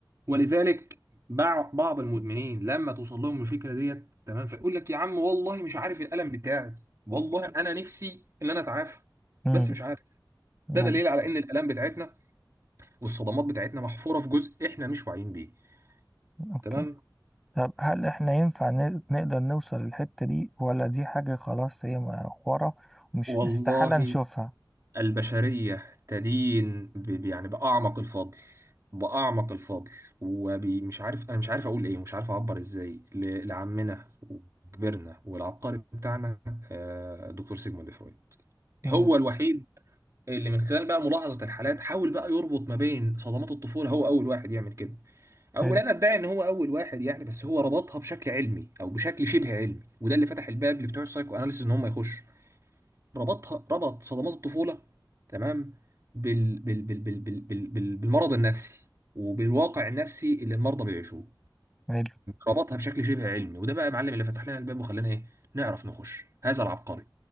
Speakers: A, on the right; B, in the centre.
A: ولذلك بع- بعض المدمنين لما توصل لهم الفكره ديت تمام فيقول لك يا عم والله مش عارف الالم بتاعي والله انا نفسي ان انا اتعافى
B: امم
A: بس مش عارف
B: أيوه
A: ده دليل على ان الالام بتاعتنا والصدمات بتاعتنا محفوره في جزء احنا مش واعيين بيه
B: أوكي
A: تمام
B: طب هل إحنا ينفع ن- نقدر نوصل للحتة دي ولا دي حاجة خلاص هي م- ورا ومش
A: والله
B: استحالة نشوفها
A: البشرية تدين ب- ب- يعني بأعمق الفضل بأعمق الفضل ومش عارف أنا مش عارف أقول إيه مش عارف أعبر إزاي ل- لعمنا وكبرنا والعبقري بتاعنا آه، دكتور سيجموند فرويد
B: امم
A: هو الوحيد اللي من خلال بقى ملاحظة الحالات حاول بقى يربط ما بين صدمات الطفولة هو أول واحد يعمل كده أو
B: حلو
A: لا أنا أدعي إن هو أول واحد يعني بس هو ربطها بشكل علمي أو بشكل شبه علمي وده اللي فتح الباب لبتوع السايكو أناليسيس إن هم يخشوا ربطها ربط صدمات الطفولة تمام بال بال بال بال بال بال بال بالمرض النفسي وبالواقع النفسي اللي المرضى بيعيشوه
B: حلو
A: ربطها بشكل شبه علمي وده بقى يا معلم اللي فتح لنا الباب وخلانا ايه نعرف نخش هذا العبقري